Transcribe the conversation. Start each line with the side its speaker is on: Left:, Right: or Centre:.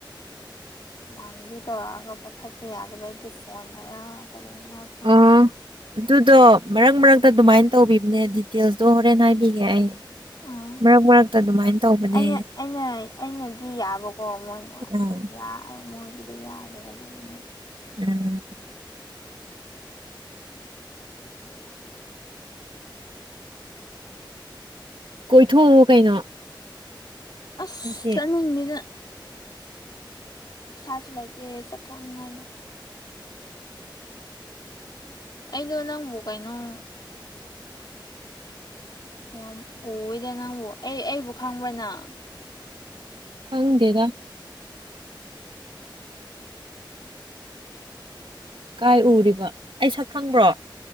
Left: ꯃꯥꯟꯕꯤ ꯇꯧꯔꯛꯑꯒ ꯄꯥꯏꯈꯠꯄ ꯌꯥꯗꯕ ꯑꯩꯒꯤ ꯐꯣꯟꯅꯔꯥ ꯀꯔꯤꯅꯔꯥ ꯈꯪꯗꯦ
Right: ꯑꯥ ꯑꯗꯨꯗꯣ ꯃꯔꯛ ꯃꯔꯛꯇ ꯑꯗꯨꯃꯥꯏꯅ ꯇꯧꯕꯤꯕꯅꯦ ꯗꯤꯇꯦꯜꯁꯇꯣ ꯍꯣꯔꯦꯟ ꯍꯥꯏꯕꯤꯒꯦ ꯑꯩ
Left: ꯎꯝ
Right: ꯃꯔꯛ ꯃꯔꯛꯇ ꯑꯗꯨꯃꯥꯏꯅ ꯇꯧꯕꯅꯦ
Left: ꯑꯩꯅ ꯑꯩꯅ ꯑꯩꯅꯗꯤ ꯌꯥꯕꯀꯣ ꯃꯣꯏꯅ
Right: ꯎꯝ
Left: ꯌꯥꯢꯑꯦ ꯃꯣꯏꯒꯤ ꯌꯥꯗꯕ ꯑꯗꯨꯒꯤꯅꯦ
Right: ꯎꯝ ꯀꯣꯏꯊꯣꯛꯑꯣ ꯀꯩꯅꯣ
Left: ꯑꯁ
Right: ꯉꯁꯤ
Left: ꯆꯠꯅꯤꯡ ꯗꯦꯗ ꯏꯁꯥꯁꯨ ꯂꯩꯇꯦ ꯆꯠꯊꯣꯛꯅꯤꯡꯉꯥꯏꯗꯣ ꯑꯩꯗꯣ ꯅꯪꯕꯨ ꯀꯩꯅꯣꯝ ꯌꯥꯝ ꯎꯌꯦꯗ ꯅꯪꯕꯨ ꯑꯩ ꯑꯩꯕꯨ ꯈꯪꯕ꯭ꯔ ꯅꯪ
Right: ꯈꯪꯗꯦꯗ ꯀꯥꯏ ꯎꯔꯤꯕ ꯑꯩ ꯁꯛ ꯈꯪꯕ꯭ꯔꯣ